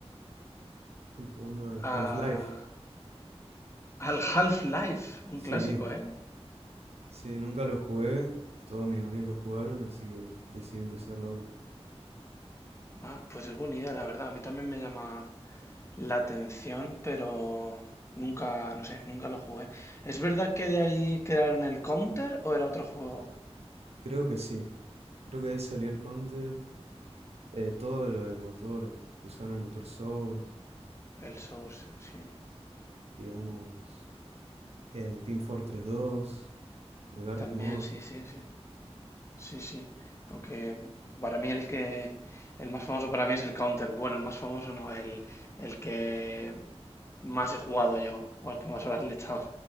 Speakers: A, on the right (about 70°); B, on the left (about 25°).
A: Estoy jugando al
B: A-
A: Half-Life.
B: al Half-Life, un
A: Sí,
B: clásico, ¿eh?
A: sí, nunca lo jugué. Todos mis amigos lo jugaron, así que decidí empezarlo ahora.
B: Ah, pues es buena idea, la verdad. A mí también me llama la atención, pero nunca, no sé, nunca lo jugué. ¿Es verdad que de ahí crearon el Counter o era otro juego?
A: Creo que sí. Creo que ahí salió el Counter. eh, todo lo del motor, que usaron el motor Source,
B: El Source, sí.
A: digamos, el Team Fortress 2, el Garry's
B: También,
A: Mod.
B: sí, sí, sí. Sí, sí. Aunque para mí el que, el más famoso para mí es el Counter. Bueno, el más famoso no, el, el que Más he jugado yo, o al que más horas le he echado.